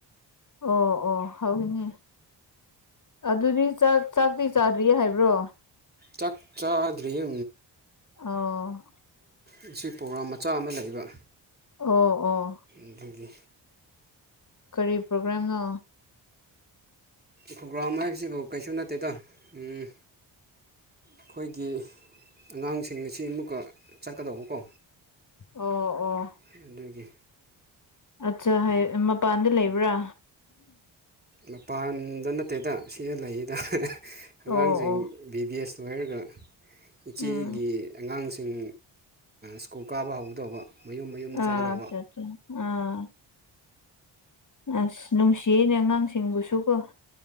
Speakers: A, on the left; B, on the right.
A: ꯑꯣ ꯑꯣ ꯍꯧꯅꯤ ꯑꯗꯨꯗꯤ ꯆꯥꯛ ꯆꯥꯛꯇꯤ ꯆꯥꯗ꯭ꯔꯤꯌꯦ ꯍꯥꯏꯕ꯭ꯔꯣ
B: ꯆꯥꯛ ꯆꯥꯥꯗ꯭ꯔꯤꯌꯦ
A: ꯑꯣ
B: ꯉꯁꯤ ꯄ꯭ꯔꯣꯒ꯭ꯔꯥꯝ ꯃꯆꯥ ꯑꯃ ꯂꯩꯕ
A: ꯑꯣ ꯑꯣ
B: ꯑꯗꯨꯒꯤ
A: ꯀꯔꯤ ꯄ꯭ꯔꯣꯒ꯭ꯔꯥꯝꯅꯣ
B: ꯈꯧꯒ꯭ꯔꯥꯝ ꯍꯥꯏꯕꯁꯤꯕꯨ ꯀꯩꯁꯨ ꯅꯠꯇꯦꯗ ꯎꯝ ꯑꯩꯈꯣꯏꯒꯤ ꯑꯉꯥꯡꯁꯤꯡ ꯑꯁꯤ ꯑꯃꯨꯛꯀ ꯆꯠꯀꯗꯧꯕꯀꯣ
A: ꯑꯣ ꯑꯣ
B: ꯑꯗꯨꯒꯤ
A: ꯑꯠꯆꯥ ꯍꯥꯏ ꯃꯄꯥꯟꯗ ꯂꯩꯕ꯭ꯔꯥ
B: ꯃꯄꯥꯟꯗ ꯅꯠꯇꯦꯗ ꯁꯤꯗ ꯂꯩꯔꯤꯗ ꯑꯉꯥꯡꯁꯤꯡ
A: ꯑꯣ ꯑꯣ
B: ꯕꯤ ꯕꯤ ꯑꯦꯁ ꯂꯣꯏꯔꯒ ꯏꯆꯦꯒꯤ
A: ꯎꯝ
B: ꯑꯉꯥꯡꯁꯤꯡ ꯁ꯭ꯀꯨꯜ ꯀꯥꯕ ꯍꯧꯒꯗꯧꯕ ꯃꯌꯨꯝ ꯃꯌꯨꯝ
A: ꯑꯥ
B: ꯆꯠꯒꯗꯧꯕ
A: ꯑꯠꯆꯥ ꯑꯠꯆꯥ ꯑꯥ ꯑꯁ ꯅꯨꯡꯁꯤꯅꯦ ꯑꯉꯥꯡꯁꯤꯡꯕꯨꯁꯨꯀꯣ